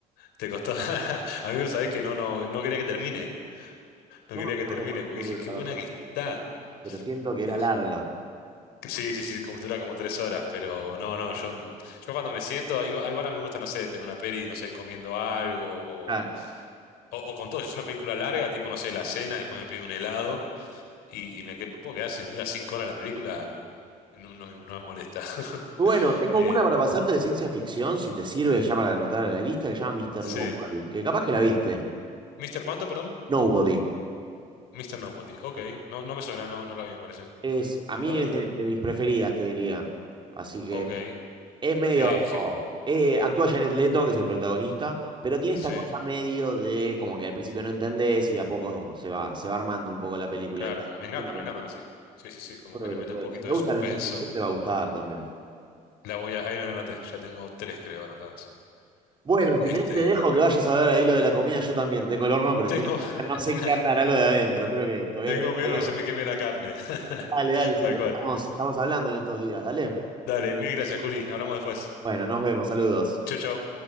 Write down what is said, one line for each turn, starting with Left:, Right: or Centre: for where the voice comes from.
Left: te costó, <laughs> amigo, sabés que no, no, no quería que termine, no
Right: No
Left: quería
Right: me acuerdo
Left: que termine,
Right: cuánto
Left: porque dije,
Right: dura,
Left: qué
Right: la
Left: buena
Right: verdad,
Left: que está.
Right: pero siento que
Left: Me
Right: era
Left: dejó-
Right: larga.
Left: Sí, sí, sí, como dura como tres horas, pero no, no, yo... Yo cuando me siento, igual, igual a mí me gusta, no sé, ver una peli, no sé, comiendo algo
Right: Claro.
Left: O, o con todo, si es una película larga, tipo, no sé, la cena, después me pido un helado y, y me quedo, puedo quedar, si dura cinco horas la película, no, no, me no me molesta. <laughs>
Right: Muy Bueno, tengo
Left: Eh,
Right: una para pasarte de ciencia ficción, si te sirve ya para anotar a la lista, que se llama Mr.
Left: sí.
Right: Nobody, que capaz que la viste.
Left: ¿Mister cuánto, perdón?
Right: Nobody.
Left: Mister Nobody. Ok, no, no me suena, no, no la vi, me parece.
Right: Es, a
Left: Me
Right: mí
Left: lo voy a
Right: es
Left: anotar.
Right: de, de mis preferidas, te diría. Así que
Left: Ok.
Right: es medio...
Left: Eh, je-
Right: eh, actúa Jared Leto, que es el protagonista, pero tiene
Left: sí,
Right: esta cosa medio de como que al principio no entendés y de a poco se va, se va armando un poco la película.
Left: claro,
Right: Es-
Left: me
Right: es
Left: encantan,
Right: muy buena.
Left: me encantan así. Sí, sí, sí, como
Right: Creo
Left: que
Right: que
Left: le
Right: te
Left: mete
Right: puede-
Left: un poquito
Right: Si te
Left: de
Right: gusta
Left: suspenso.
Right: la ciencia ficción, te va a gustar también.
Left: La voy a, ahí me la anoté, ya tengo tres, creo, anotadas.
Right: Bueno, si
Left: Este,
Right: querés te dejo que vayas a ver ahí lo de la comida, yo también. Tengo el horno prendido.
Left: tengo,
Right: Ya no
Left: <laughs>
Right: se encarnará lo de adentro. Espero que todavía
Left: tengo
Right: tenga
Left: miedo
Right: color.
Left: que se me queme la carne. <laughs>
Right: Dale, dale, si
Left: Tal
Right: querés
Left: cual.
Right: estamos, estamos hablando en estos días, dale.
Left: Dale, mil gracias, Juli. Hablamos después.
Right: Bueno, nos vemos, saludos.
Left: Chao, chao.